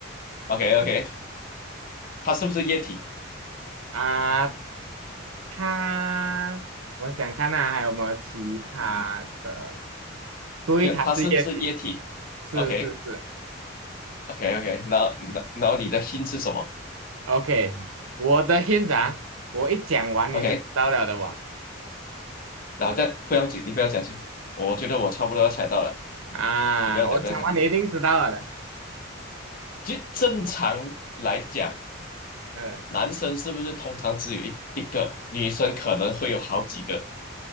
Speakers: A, on the left (about 40°); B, on the right (about 80°).
A: ？OK OK，它是不是液体？
B: 啊，它，我想看啊，还有没有其他的？对，
A: 没有，
B: 它是液体，
A: 它是不是液体
B: 是是是
A: ？OK OK OK，然后然后你的心是什么
B: ，OK，嗯我的 hint 啊，我一讲完你就知道了的哇，
A: ？OK，然后再不要紧，你不要讲先，我觉得我差不多要猜到了，
B: 啊，
A: 你不要讲不要讲，
B: 我讲完你一定知道了的，
A: 就正常来讲，
B: 嗯
A: 男生是不是通常只有一一个，女生可能会有好几个